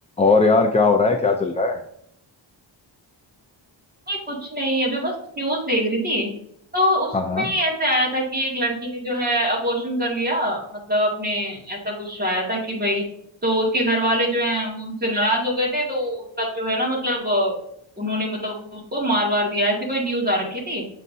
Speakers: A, on the left; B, on the right.
A: और यार क्या हो रहा है क्या चल रहा है
B: नहीं कुछ नहीं अभी बस न्यूज देख रही थी तो उसमें
A: हाँ हाँ
B: ही ऐसे आया था कि एक लड़की ने जो है अबॉर्शन कर लिया मतलब अपने ऐसा कुछ आया था कि भाई तो उसके घर वाले जो है वो उनसे नाराज हो गए थे तो उसका जो है ना मतलब अ, उन्होंने मतलब उसको मार वार दिया ऐसी कोई न्यूज आ रखी थी